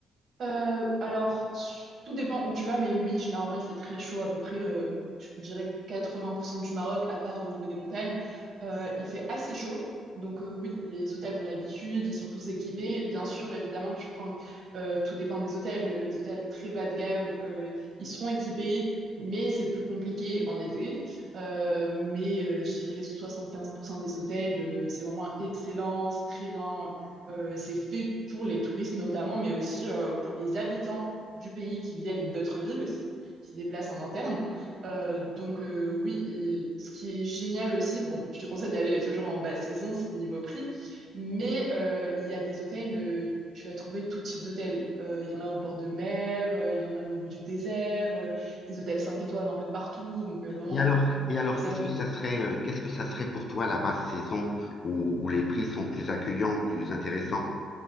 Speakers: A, on the right; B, on the left.
A: Euh, alors, su- tout dépend où tu vas, mais oui, généralement, il fait très chaud, à peu près, euh, je dirais 80% du Maroc, à part au niveau des montagnes. Euh, il fait assez chaud. Donc, euh, oui, les hôtels ont l'habitude, ils sont tous équipés. Bien sûr, évidemment, tu prends, euh, tout dépend des hôtels. Euh, Les hôtels très bas de gamme, euh, ils seront équipés, mais c'est plus compliqué en été. Euh, mais euh, je dirais 75% des hôtels, euh, c'est vraiment excellent, c'est très bien. Euh, c'est fait pour les touristes notamment, mais aussi euh, pour les habitants du pays qui viennent d'autres villes aussi, qui se déplacent en interne. Euh, donc euh, oui, et ce qui est génial aussi, bon, je te conseille d'aller toujours en basse saison niveau prix, mais euh, il y a des hôtels, euh, tu vas trouver tout type d'hôtels. Euh, il y en a au bord de mer, euh, il y en a au niveau du désert, euh, des hôtels 5 étoiles un peu de partout, donc euh, vraiment,
B: Et alors,
A: euh,
B: et alors
A: t'es servi.
B: qu'est-ce que ça serait, euh, qu'est-ce que ça serait pour toi la basse saison où, où les prix sont plus accueillants, plus intéressants?